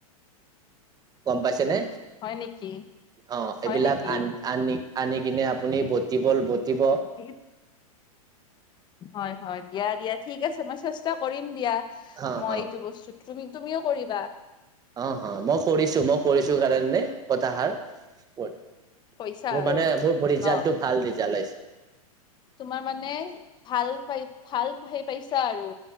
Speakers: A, on the right; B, on the left.
A: গম পাইছেনে?
B: হয় নেকি
A: অ'
B: হয়
A: এইবিলাক
B: নেকি
A: আন আনি কিনে আপুনি বটিব বটিব
B: <unintelligible> হয় হয় দিয়া দিয়া ঠিক আছে মই চেষ্টা কৰিম দিয়া।
A: হা
B: মই
A: হা
B: এইটো বস্তু তুমি তুমিও কৰিবা।
A: অ' অ' মই কৰিছো মই কৰিছো কাৰণে কতাহাৰ কত
B: কৈছা
A: মোৰ
B: আৰু
A: মানে মোৰ ৰিজাল্টটো
B: ন
A: ভাল ৰিজাল্ট আহিছে।
B: তোমাৰ মানে ভাল পাই ভাল হেই পাইছা আৰু।